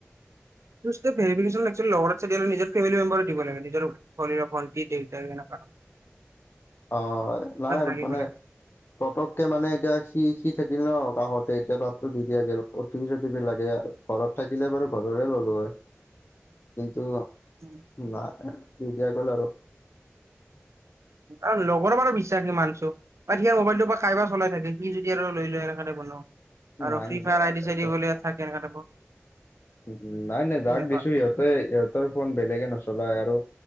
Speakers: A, on the right (about 90°); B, on the left (about 55°).
A: টু ষ্টেপ ভেৰিভিকেচনত এক্সুয়েলি লগৰ এটা দিয়াত কৈ নিজৰে ফেমিলি নম্বৰে দিব লাগে। শলীৰৰ ফল কি দেতাৰ কিনে কাৰণ <unintelligible>
B: অ' নাই আৰু
A: থাকিব
B: মানে
A: লাগে।
B: পতককে মানে এতিয়া সি সি থাকিল ন কাষতে এতিয়া তাততো দি দিয়া গ' অ টি পি চ টি পি লাগে আৰু। ঘৰত থাকিলে বাৰু ঘৰৰে ললো হয় কিন্তু।
A: উম
B: না দি দিয়া গ'ল আৰু।
A: আৰু লগৰ বাৰো বিশ্বাসি মানিচো। পাতিয়াৰ মোবাইলটোৰ পৰা কাৰাইব চলাই থাকে কি যদি আৰু লৈ - লৈ সনেণে বনাও। আৰু
B: নাই
A: ফ্ৰী
B: মানে
A: ফায়াৰ আইডি চাইড থাকে এনেকা টাইপৰ
B: উম, নাই - নাই
A: সেনেকুৱা।
B: যাক দিছো ইহঁতে-ইহঁতৰ ফোন বেলেগে নচলায় আৰু।